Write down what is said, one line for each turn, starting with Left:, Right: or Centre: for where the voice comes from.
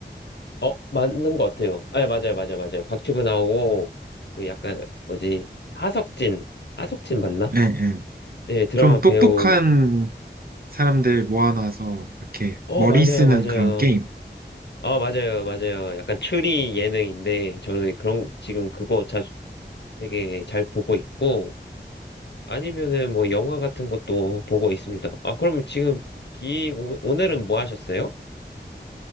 Left: 어, 맞는 것 같아요. 아, 맞아요, 맞아요, 맞아요. 곽튜브 나오고, 그 약간, 뭐지, 하석진, 하석진 맞나?
Right: 예, 예.
Left: 네, 드라마
Right: 좀 똑똑한
Left: 배우,
Right: 사람들 모아놔서 이렇게
Left: 어,
Right: 머리
Left: 맞아요,
Right: 쓰는
Left: 맞아요.
Right: 그런 게임.
Left: 어, 맞아요, 맞아요. 약간 추리 예능인데, 저는 그런, 지금 그거 자주 되게 잘 보고 있고, 아니면은 뭐 영화 같은 것도 보고 있습니다. 아, 그럼 지금 비, 오, 오늘은 뭐 하셨어요?